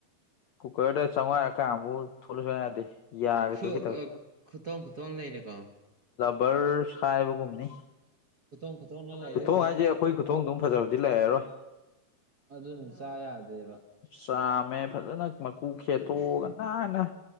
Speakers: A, on the left (about 80°); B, on the right (about 45°).
A: ꯀꯨꯀꯔꯗ ꯆꯥꯝꯋꯥꯥꯏꯔꯀꯥꯟꯕꯨ ꯊꯣꯛꯂꯁꯨ ꯌꯥꯗꯦ ꯌꯥꯒꯦ
B: ꯈꯨ
A: ꯀ ꯇꯧ
B: ꯑ ꯈꯨꯊꯣꯡ ꯈꯨꯊꯣꯡ ꯂꯩꯔꯦꯀꯣ
A: ꯕꯔ ꯁ ꯍꯥꯏꯕꯒꯨꯝꯅꯤ
B: ꯈꯨꯊꯣꯡ ꯈꯨꯊꯣꯡꯅ ꯂꯩꯔꯦ
A: ꯈꯨꯊꯣꯡ
B: ꯍꯧꯖꯤꯛꯀꯥꯟ
A: ꯍꯥꯏꯁꯦ ꯑꯩꯈꯣꯏ ꯈꯨꯊꯣꯡꯗꯨꯝ ꯐꯖꯕꯗꯤ ꯂꯩꯔꯣꯏ
B: ꯑꯗꯨꯅ ꯆ ꯌꯥꯗꯦꯕ
A: ꯆꯥꯝꯃꯦ ꯐꯖꯅ ꯃꯀꯨ ꯈꯦꯠꯇꯣꯛꯑꯒ ꯅꯥꯟꯅ